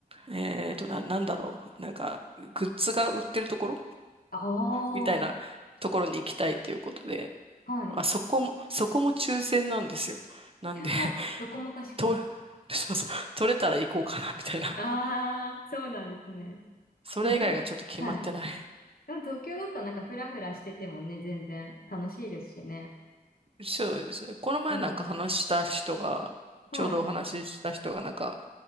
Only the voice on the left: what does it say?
ああ、
はい。
いやー、
どこもかしこも。
ああ、そうなんですね。
えでも、はい。でも東京だったらなんかフラフラしててもね、全然楽しいですしね。
うん。はい。